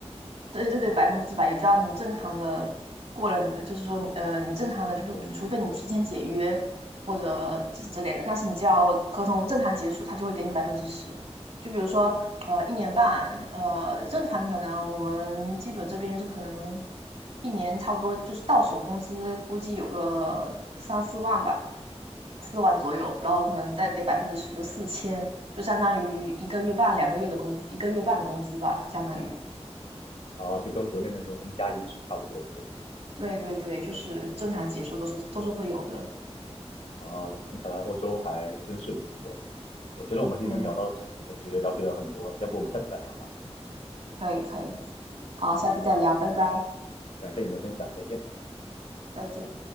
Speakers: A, on the right (about 70°); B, on the left (about 70°).
A: 对对对，百分之百有，只要你正常的过了你的，就是说，呃，你正常的，就是除非你提前解约或者之之类的，
B: 天呐，
A: 但是你只要合同正常结束，他就会给你百分之十。就比如说，呃，一年半，呃，正常可能我们基本这边就是可能一年差不多就是到手工资估计有个三四万吧，四万左右，然后可能再给百分之十，就四千，就相当于一个月半、两个月的工，一个月半的工资吧，相当于。
B: 啊，就跟国内那种 N 加一是差不多的，对吧？
A: 对对对，就是正常结束都是都是会有的。
B: 啊，听起来欧洲还真是不错。我觉得我们今天聊到这儿感觉了解了很多了，
A: 嗯，
B: 要不我们下次再聊吧。
A: 可以可以，好，下次再聊，
B: 好的，
A: 拜拜，
B: 感谢你的分享，再见。
A: 再见。